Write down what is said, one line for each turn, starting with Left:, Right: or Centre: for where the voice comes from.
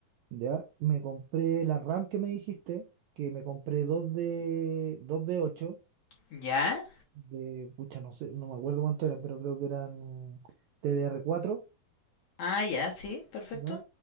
Right: ya me compré la RAM que me dijiste, que me compré dos de, dos de 8
Left: ¿Ya?
Right: de, pucha, no sé, no me acuerdo cuánto eran, pero creo que eran tdr cuatro
Left: Ah, ya, sí, perfecto.
Right: ¿ya?